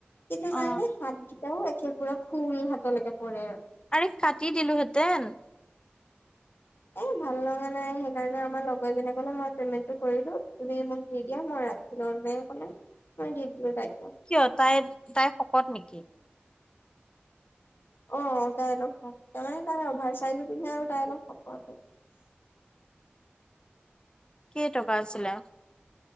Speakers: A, on the left; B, on the left.
A: কিন্তু জানানে
B: অ
A: হাতকেইটাও একে পুৰা ফুল হাতলৈকে পৰে আৰু।
B: আৰে কাটি দিলোহেঁতেন
A: <unintelligible> ভাল লগা নাই সেই কাৰণে আমাৰ লগৰ এজনীয়ে কলে মই পেমেন্টটো কৰি‌ দিও তুমি মোক দি দিয়া মই ৰাখি লৈ। <unintelligible> মই দি দিলোঁ তাইক।
B: কিয় তাই তাই শকত নেকি?
A: অ তাই অলপ শকত তাৰমানে তাই অভাৰ চাইজো পিন্ধে আৰু তাই অলপ শকত।
B: কেই টকা আছিলে?